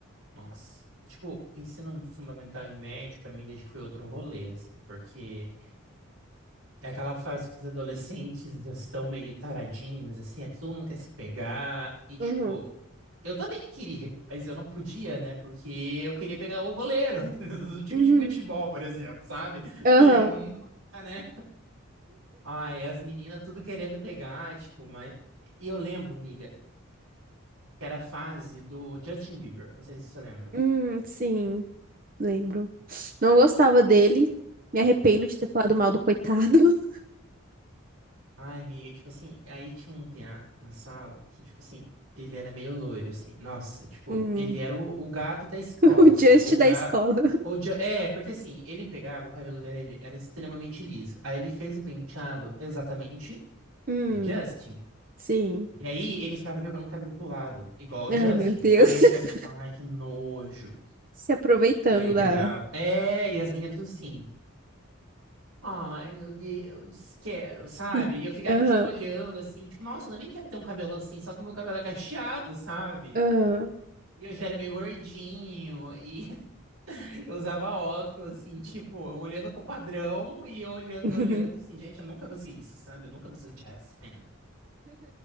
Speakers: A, on the right; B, on the right.
A: Nossa. Tipo, ensino fundamental e médio, pra mim, desde foi outro rolê, assim, porque. É aquela fase que os adolescentes já estão meio taradinhos, assim, é, todo mundo quer se pegar. E, tipo,
B: Uhum.
A: eu também queria, mas eu não podia, né? Porque eu queria pegar o goleiro <laughs> do time
B: Uhum.
A: de futebol, por exemplo, sabe?
B: Aham.
A: E eu não dá, né? Ai, as meninas tudo querendo pegar, tipo, mas. E eu lembro, amiga, que era a fase do Justin Bieber, não sei se você lembra.
B: Hum, sim. Lembro. Não gostava dele. Me arrependo de ter falado mal do coitado. <laughs>
A: Ai, amiga, tipo assim, aí tinha um piá na sala que, tipo assim, ele era meio loiro, assim. Nossa, tipo,
B: Hum.
A: ele era o, o gato da escola,
B: O Just
A: assim. Ou o
B: da
A: gato.
B: escola.
A: Ou de... É, porque assim, ele pegava, o cabelo dele era extremamente liso. Aí ele fez o penteado exatamente
B: Hum,
A: do Justin.
B: sim.
A: E aí ele ficava jogando o cabelo pro lado, igual
B: Ai,
A: o Justin.
B: meu Deus.
A: Aí eu
B: <laughs>
A: ficava tipo, ai, que nojo.
B: Se aproveitando
A: Aí ele pegava.
B: da.
A: É, e as meninas tudo assim. Ai, meu Deus, quero, sabe?
B: <laughs>
A: E eu ficava,
B: Aham,
A: tipo, olhando assim, tipo, nossa, eu também quero ter um cabelo assim, só que o meu cabelo é cacheado, sabe?
B: aham.
A: E eu já era meio gordinho, e <laughs> eu usava óculos, assim, tipo, olhando pro padrão e eu olha- me
B: <laughs>
A: olhando, assim, gente, eu nunca vou ser isso, sabe? Eu nunca vou ser o Jazzman.